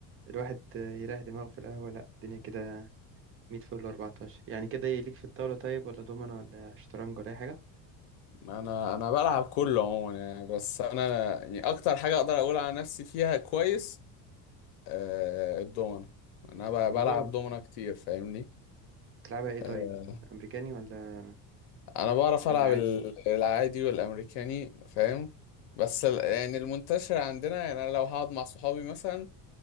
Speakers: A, on the right; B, on the left.
A: الواحد آه، يريح دماغه في القهوة لا الدنيا كده 100 فل 14 يعني كده إيه، ليك في الطاولة طيب ولا دومنا ولا شطرنج ولا أي حاجة
B: انا انا بلعب كله عموما يعني بس انا يعني اكتر حاجة اقدر اقول على نفسي فيها كويس آه الدومنة انا ب-
A: والله
B: بلعب دومنة كتير فاهمني
A: تلعبها إيه طيب
B: آه
A: أمريكاني ولا
B: انا بعرف
A: ولا
B: العب
A: عادي
B: ال- العادي والامريكاني فاهم بس ال- يعني المنتشر عندنا يعني انا لو هقعد مع صحابي مثلا